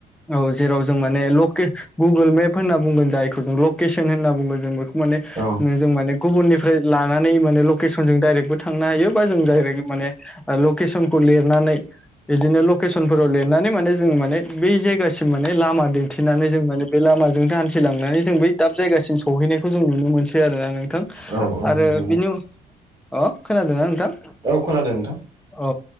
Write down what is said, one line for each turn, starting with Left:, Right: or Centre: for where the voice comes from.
Centre: औ जेराव जों माने लके गुगोल मेप होन्ना बुंगोन जायखौ जों लकेसन होनना बुंगोन जों बेखौ माने
Right: औ
Centre: जों माने गुबुननि- -फ्राय लानानै माने लकेसन जों डायरेक्टबो थांनो हायो बा जों डायरेक्ट माने लकेसनखौ लेरनानै बिदिनो लकेसनफोराव लिरनानै माने जों माने बै जायगासिम माने लामा दिन्थिनानै जों माने बे लामाजों हान्थिलांनानै जों बै दाब जायगासिम सौहैनायखौ जों नुनो मोनसै आरोना नोंथां
Right: औ औ
Centre: आरो
Right: नंगौ नोंथां
Centre: बिनि अ खोनादोंना नोंथां?
Right: औ खोनादों नोंथां।
Centre: औ